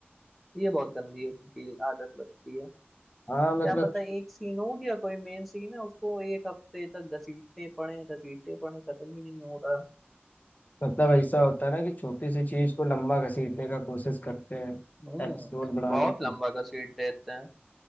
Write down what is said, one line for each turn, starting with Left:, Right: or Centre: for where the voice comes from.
Centre: ये बहुत गंदी उनकी आदत लगती है
Left: हाँ मतलब
Centre: क्या पता एक सीन हो गया कोई मेन सीन है उसको एक हफ्ते तक घसीटते पड़े घसीटते पड़े खत्म ही नहीं हो रहा
Left: मतलब ऐसा होता है ना कि छोटी सी चीज को लंबा घसीटने का कोशिश करते हैं
Centre: हम्म
Left: एपिसोड बनाने
Centre: बहुत
Left: की
Centre: लंबा घसीट देते हैं